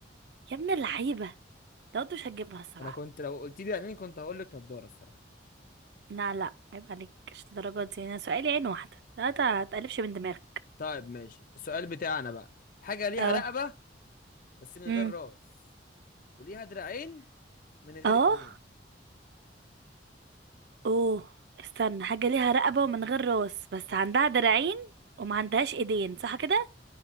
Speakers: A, on the right (about 60°); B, on the left (about 45°).
A: يا ابن اللعيبة لو انت مش هتجيبها الصراحة
B: انا كنت لو قلت لي عينين كنت هقول لك نضاره الصراحه
A: لا لا عيب عليك مش الدرجات دي انا سؤالي عين واحدة لا تقلبش من دماغك
B: طيب ماشي السؤال بتاعنا بقى حاجه ليها
A: اه
B: رقبه بس من غير
A: امم
B: راس وليها دراعين من غير
A: اه
B: ايدين
A: اوه استنى حاجة ليها رقبة ومن غير راس بس عندها دراعين وما عندهاش ايدين صح كده